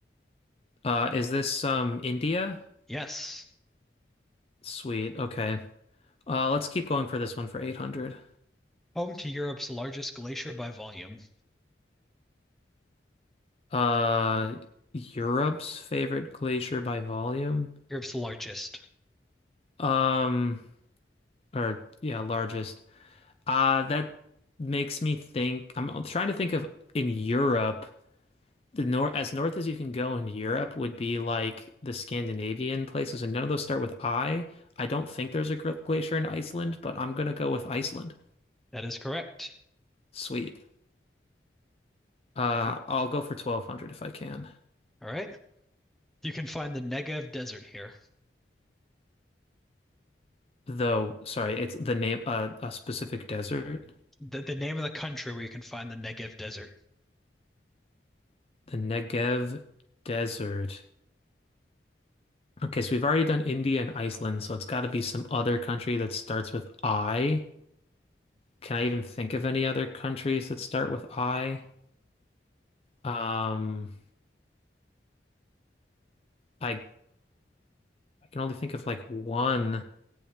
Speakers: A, on the left; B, in the centre.
A: Uh is this um India?
B: Yes.
A: Sweet. Okay. Uh let's keep going for this one for 800.
B: Home to Europe's largest glacier by volume.
A: Uh Europe's favorite glacier by volume.
B: Europe's largest.
A: Um or yeah, largest. Uh that makes me think I'm trying to think of in Europe the north as north as you can go in Europe would be like the Scandinavian places, and none of those start with I. I don't think there's a gl- glacier in Iceland, but I'm gonna go with Iceland.
B: That is correct.
A: Sweet. Uh,
B: All
A: I'll go for 1200 if I can.
B: right. You can find the Negev Desert here.
A: Though, sorry, it's the name uh, a specific desert,
B: The, the name of the country where you can find the Negev Desert.
A: the Negev Desert. Okay, so we've already done India and Iceland, so it's got to be some other country that starts with I. Can I even think of any other countries that start with I? Um, I I can only think of like one,